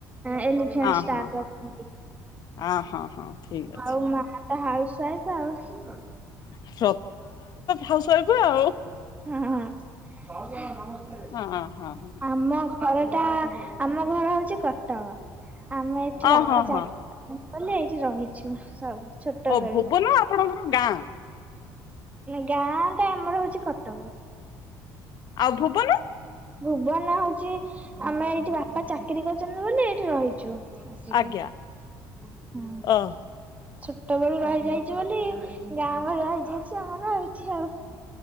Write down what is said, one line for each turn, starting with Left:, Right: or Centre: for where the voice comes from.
Right: ଏଲି <unintelligible>
Left: ଅ
Right: ଷ୍ଟାପ୍
Left: ହଁ ହଁ
Right: ଅଛନ୍ତି,
Left: ଅ ହଁ ହଁ ଠିକ ଅଛି।
Right: ଆଉ ମା ତ ହାଉସ୍ ୱାଇଫ୍ ଆଉ।
Left: <unintelligible> ହାଉସ୍ ୱାଇଫ୍ ଆଉ।
Right: ହଁ।
Left: ହଁ-ହଁ।
Right: ଆମ ଘରଟା ଆମ ଘର ହଉଛି କଟକ, ଆମେ ଏଠି
Left: ଅ
Right: ବାପା
Left: ହଁ
Right: ଚାକି
Left: ହଁ
Right: କଲେ ଏଇଠି ରହିଛୁ ସବୁ। ଛୋଟ
Left: ଓ
Right: ବେଳୁ।
Left: ଭୋବନ ଆପଣଙ୍କର ଗାଁ?
Right: ଗାଁ ଟା ଆମର ହଉଚି କଟକ।
Left: ଆଉ ଭୁବନ
Right: ଭୁବନ ହଉଚି ଆମେ ଏଇଠି ବାପା ଚାକିରି କରିଚନ୍ତି ବୋଲି ଏଇଠି ରହିଚୁ। ହୁଁ।
Left: ଆଜ୍ଞା ଓ
Right: ଛୋଟବେଳୁ ରହିଯାଇଚୁ ବୋଲି ଗାଁ ଭଳିଆ ହେଇଯାଇଚି ଆମର ଏଠି ଆଉ।